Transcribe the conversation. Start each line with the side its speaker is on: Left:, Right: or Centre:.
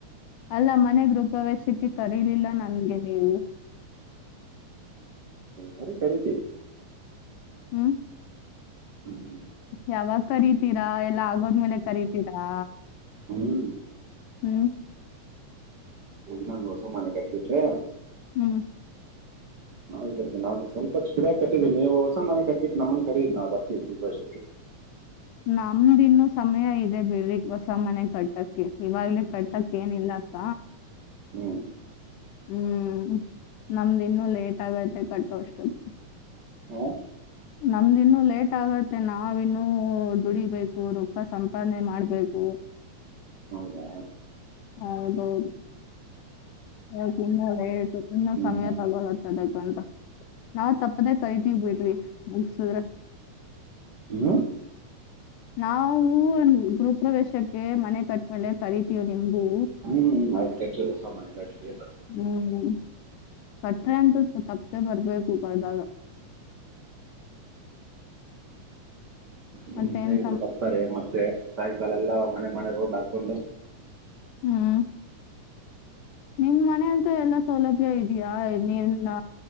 Left: ಅಲ್ಲ ಮನೆ ಗೃಪ್ರವೇಶಕ್ಕೆ ಕರೀಲಿಲ್ಲ ನನ್ಗೆ ನೀವು.
Right: ಸರಿ ಕರಿತೀವಿ
Left: ಹ್ಮ್
Right: ಹ್ಮ್
Left: ಯಾವಾಗ ಕರಿತೀರಾ ಎಲ್ಲ ಆಗೋದ್ಮೇಲೆ ಕರಿತೀರಾ
Right: ಹ್ಮ್
Left: ಹ್ಮ್
Right: ನಾನುಸ ಮನೆ ಕಟ್ಬಿಟ್ರೆ
Left: ಹ್ಮ್
Right: ನಾವೀ ನಾವು ಸ್ವಪ ಚಿಡಾಗಿ ಕಟ್ಟಿದ್ದೀವಿ ನೀವು ಹೊಸ ಮನೆ ಕಟ್ಬಿಟ್ಟು ನಮ್ಮನನ್ ಕರೀಿ ನಾ್ ಬರ್ತಿದ್ ರ ಗೃಹ ಪ್ರವೇಶಕ್ಕೆ
Left: ನಮ್ದಿನ್ನು ಸಮಯ ಇದೆ, ಬಿಡ್ರಿಕ್ ಹೊಸ ಮನೆ ಕಟ್ಟಕ್ಕೆ ಇವಾಗ್ಲೇ ಕಟ್ಟಕ್ ಏನಿಲ್ಲತ್ತ
Right: ಹ್ಞೂ
Left: ಹ್ಮ್ ನಮ್ದಿನ್ನುೂ ಲೇಟ್ ಆಗತ್ತತೆ ಕಟ್ಟೋಷ್ಟತ್
Right: ಹಾಂ
Left: ನಮ್ದಿನ್ನುೂ ಲೇಟ್ ಆಗತ್ತೆ ನಾವಿನ್ನುೂ ದುಡಿಬೇಕು ರೊಖ ಸಂಪಾದನೆ ಮಾಡ್ಬೇಕು
Right: ಹೌದಾ
Left: ಹೌದೌದು ಅ ಇನ್ನು ಲೇಟ್, ಇನ್ನು
Right: ಹ್ಞೂ
Left: ಸಮಯ ತಗೊಳತ್ತ ಅದಕ್ಕಂತ ನಾವ್ ತಪ್ಪದೇ ಕರಿತೀವಿ ಬಿಡ್ರಿ, ಮುಗಸುದ್ರ
Right: ಹ್ಞೂ
Left: ನಾಾವವು ಗೃಹಪ್ರವೇಶಕ್ಕೆ ಮನೆ ಕಟ್ಟ್ಮೇಲೆ ಕರಿತೀವ ನಿಮು
Right: ಹ್ಮ್ ಆಯ್ತ್ ಕಟ್ಟ್ರಿ ಸ ಮನೆ ಕಟ್ಟ್ರಿ ಎ
Left: ಹ್ಮ್ ಕಟ್ರೆ ಅಂತ ತಪ್ಪೇ ಬರ್ಬೇಕು ಕಾಯದಾಗ
Right: ನಿಮ್ಮ
Left: ಮತ್ತೆ
Right: ಸ್ನೇಹಿತರು
Left: ಎನ್
Right: ಬರ್ತಾರೆ ಮತ್ತೆ, ಸಾಯಂಕಾಲ ಎಲ್ಲ ಮನೆ ಮನೆ ರೋಡ್ ಆಗ್ತ ಕೊಲ್ಲ
Left: ಹ್ಮ್ ನಿಮ್ ಮನ ಅಂತ ಎಲ್ಲಾ ಸೌಲಭ್ಯ ಇದೆಯಾ ನೀರ್ನ